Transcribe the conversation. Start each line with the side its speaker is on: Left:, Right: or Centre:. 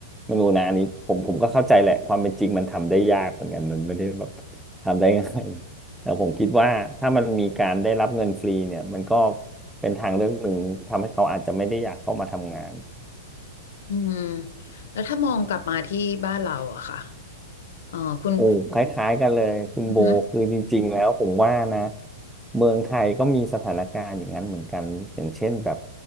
Centre: ไม่รู้นะอันนี้ผมผมก็เข้าใจแหละความเป็นจริงมันทำได้ยากเหมือนกันมันไม่ได้แบบทำได้ง่ายแต่ผมคิดว่าถ้ามันมีการได้รับเงินฟรีเนี่ยมันก็เป็นทางเลือกหนึ่งทำให้เขาอาจจะไม่ได้อยากเข้ามาทำงาน
Left: อืมแล้วถ้ามองกลับมาที่บ้านเราอะค่ะเออคุณ
Centre: โอ้คล้ายๆกันเลยคุณโบคือจริงๆแล้วผมว่านะ
Left: อือฮึ
Centre: เมืองไทยก็มีสถานการณ์อย่างนั้นเหมือนกันอย่างเช่นแบบ